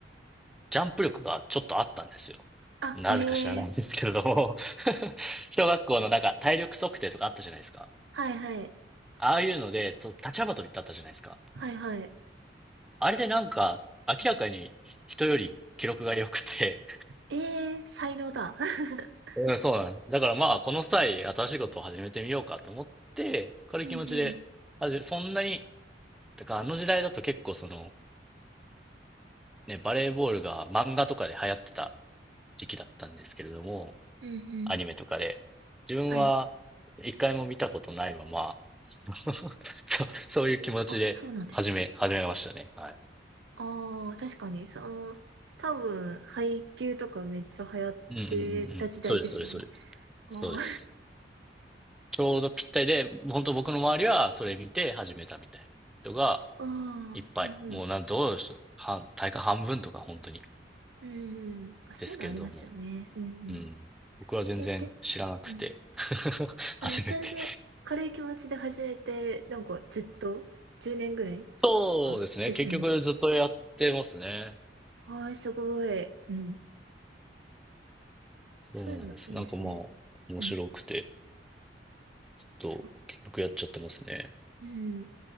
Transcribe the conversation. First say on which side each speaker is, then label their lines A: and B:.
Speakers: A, in the centre; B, on the right.
A: ジャンプ力がちょっとあったんですよ。
B: あ、
A: なぜか知らないんですけれども
B: へえ。
A: <laughs> 小学校のなんか体力測定とかあったじゃないですか。
B: はいはい。
A: ああいうので、と立ち幅跳びってあったじゃないですか。
B: はいはい。
A: あれでなんか明らかに人より記録が良くて
B: ええ、才能だ。<laughs>
A: うん、そうなんです。だからまあこの際新しいことを始めてみようかと思って、軽い気持ちで始め、
B: うんうん。
A: そんなに、だからあの時代だと結構そのね、バレーボールが漫画とかで流行ってた時期だったんですけれども、
B: うんうん。
A: アニメとかで。自分は一回も見たことないまま、
B: はい。
A: その <laughs> そうそういう気持ちで始め、
B: あ、そうなんですね。
A: 始めましたね。はい。
B: ああ、確かに、その、多分、配給とかめっちゃ流行ってた時代ですよね。
A: うんうんうんうん。そうです、そうです、そうです。
B: あー
A: そうです。ちょうどぴったりで、本当僕の周りはそれ見て始めたみたいな人が
B: <laughs> あー、
A: いっぱい。
B: うんうん。
A: もうなんどうでしょう。半、大会半分とか本当に。
B: うんうん。まあ、そういうのありますよね。
A: ですけれども。
B: うんうん。
A: うん。僕は全然知らなくて。
B: え、で、うん。
A: <laughs> 初めて。
B: あの、それで、軽い気持ちで始めて、なんかずっと、10年ぐらい
A: そうですね。
B: かですよね。
A: 結局ずっとやってますね。
B: はい、すごい。うん。
A: そうなんです。
B: そういうのいいですね。
A: なんかまあ、面白くて、
B: うん。
A: と、
B: そう。
A: 結局やっちゃってますね。
B: うん。